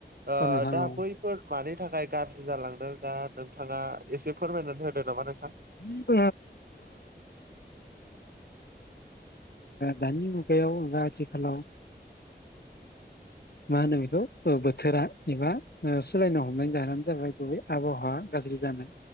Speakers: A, on the right (about 55°); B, on the left (about 60°).
A: ओ
B: औ नोंथां
A: दा
B: औ
A: बैफोर मानि थाखाय गाज्रि जालांदों दा नोंथाङा एसे फोरमायनानै होदो नामा नोंथां?
B: <unintelligible> दानि मुगायाव ओ आथिखालाव ओ मा होनो बेखौ ओ बोथोरा एबा ओ सोलायनो हमनायनि जाहोनानो जाबाय गुबै आबहावा गाज्रि जानाय